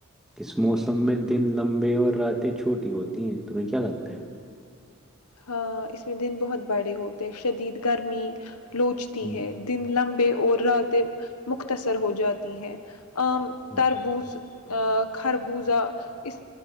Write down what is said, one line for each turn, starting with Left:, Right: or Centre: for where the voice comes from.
Centre: اس موسم میں دن لمبے اور راتیں چھوٹی ہوتی ہیں تمہیں کیا لگتا ہے؟
Left: ہاں اس میں دن بہت بڑے ہوتے شدید گرمی لوچتی
Centre: ہوں
Left: ہے دن لمب پ اور رتے مختصر ہو جاتی ہیں عام
Centre: ہوں
Left: تربوز خربوزہ اس